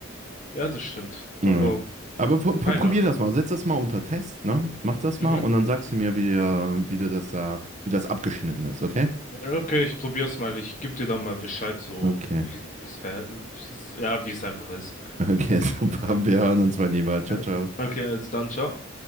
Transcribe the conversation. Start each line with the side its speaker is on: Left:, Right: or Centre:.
Left: Ja, das stimmt. Aber
Right: Ja. Aber pro- pro-
Left: keine
Right: probier
Left: Ahnung.
Right: das mal, setz das mal unter Test, ne? Mach das
Left: Mhm.
Right: mal und dann sagst du mir, wie, äh, wie du das da, wie das abgeschnitten ist, okay?
Left: Okay, ich probier's mal. Ich geb dir dann mal Bescheid, so
Right: Okay.
Left: wie es, ja, wie es einfach ist.
Right: Okay, <laughs> super.
Left: <laughs>
Right: Wir hören uns mal lieber. Ciao,
Left: Ja.
Right: ciao.
Left: Okay, also dann, ciao.